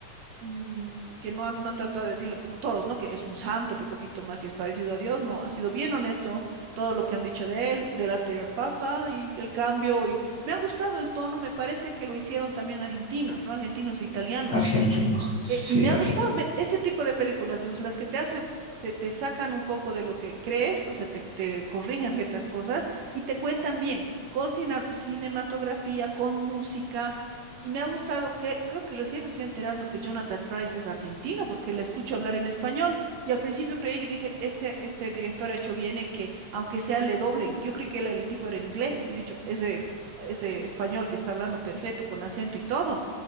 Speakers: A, on the right; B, on the left.
A: mm, que no han, no han tratado de decirle como todos, ¿no? Que es un santo, que poquito más y es parecido a Dios, no, ha sido bien honesto todo lo que han dicho de él, del anterior papa y el cambio, y me ha gustado el tono, me parece que lo hicieron también argentinos, ¿no? Argentinos e italianos.
B: argentino. Sí,
A: Eh, y me ha
B: argentino.
A: gustado me- ese tipo de películas, me gustan las que te hacen, te, te sacan un poco de lo que crees, o sea, te, te corrigen ciertas cosas y te cuentan bien, con cina- cinematografía, con música. Y me ha gustado que, creo que recién me estoy enterando que el Jonathan Price es argentino, porque le escucho hablar en español. Y al principio creí que dije, este, este director ha hecho bien en que, aunque sea, le doblen. Yo creí que el, el tipo era inglés y he dicho, ese, ese español que está hablando perfecto, con acento y todo.